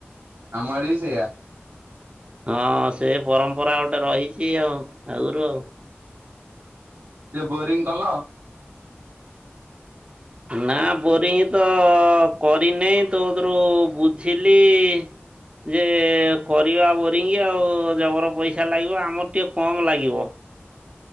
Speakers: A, on the right; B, on the right.
A: ଆମ ଆଡ଼େ ବି ସେୟା।
B: ହଁ ସେ ପରମ୍ପରା ଗୋଟେ ରହିଛି ଆଉ ଆଗରୁ ଆଉ।
A: ସେ ବୋରିଙ୍ଗି କଲ?
B: ନା ବୋରିଙ୍ଗି ତ କରିନେଇଁ ତୋକତୁରୁ ବୁଝିଲି। ଯେ କରିବା ବୋରିଙ୍ଗ ଆଉ ଜବର ପଇସା ଲାଗିବ ଆମର ଟିକେ କମ ଲାଗିବ।